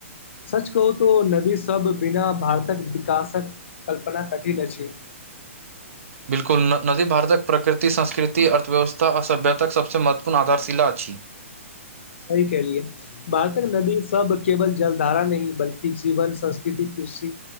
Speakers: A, on the left (about 60°); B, on the right (about 70°).
A: सच कहू त नदी सब बिना भारतक विकासक कल्पना कठिन अछि
B: बिल्कुल नदी भारतक प्रकृति संस्कृति अर्थव्यवस्था आ सभ्यताक सभसँ महत्वपूर्ण आधारशिला अछि
A: सही केहलीयै छतयए भारतक नदी सब केवल जल धारा नहि बल्कि जीवन संस्कृति कृषि